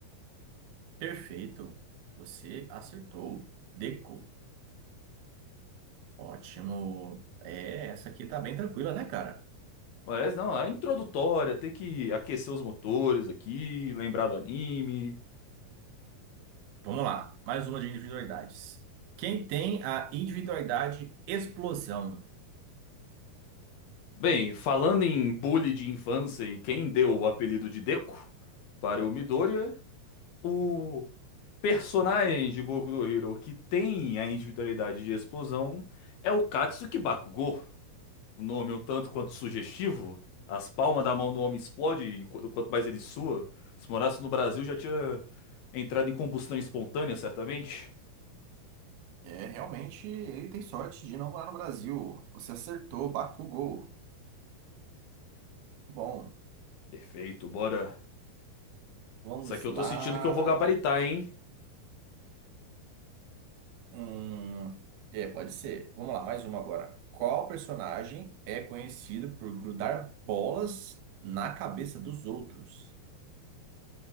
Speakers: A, on the right; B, on the left.
A: Perfeito. Você acertou. Deco. Ótimo. É, essa aqui tá bem tranquila, né, cara?
B: Mas não, é introdutória, tem que aquecer os motores aqui, lembrar do anime.
A: Vamos lá. Mais uma de individualidades. Quem tem a individualidade explosão?
B: Bem, falando em bully de infância e quem deu o apelido de Deco para o Midoriya, o personagem de Boku no Hero que tem a individualidade de explosão é o Katsuki Bakugou. O nome é um tanto quanto sugestivo, as palmas da mão do homem explodem enquanto- quanto mais ele sua. Se morasse no Brasil já tinha entrado em combustão espontânea, certamente.
A: É, realmente, ele tem sorte de não morar no Brasil. Você acertou, Bakugou. Bom,
B: Perfeito, bora.
A: vamos
B: Isso aqui eu
A: lá.
B: tô sentindo que eu vou gabaritar, hein?
A: Hum, é, pode ser. Vamos lá, mais uma agora. Qual personagem é conhecido por grudar bolas na cabeça dos outros?